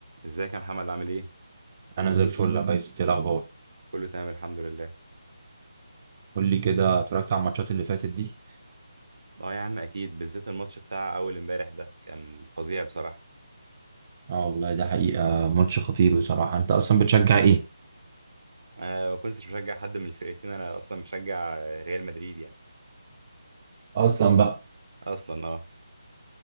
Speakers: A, on the right; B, on the right.
A: ازيك يا محمد عامل ايه؟
B: انا زي الفل يا ريس إنت إيه الاخبار
A: كله تمام الحمد لله.
B: قول لي كده اتفرجت على الماتشات اللي فاتت دي
A: اه يا عم اكيد بالذات الماتش بتاع اول امبارح ده كان فظيع بصراحة.
B: اه والله ده حقيقة ماتش خطير بصراحة انت اصلا بتشجع ايه
A: انا ما كنتش بشجع حد من الفرقتين انا اصلا بشجع ريال مدريد يعني.
B: اصلا بقى
A: اصلا اه.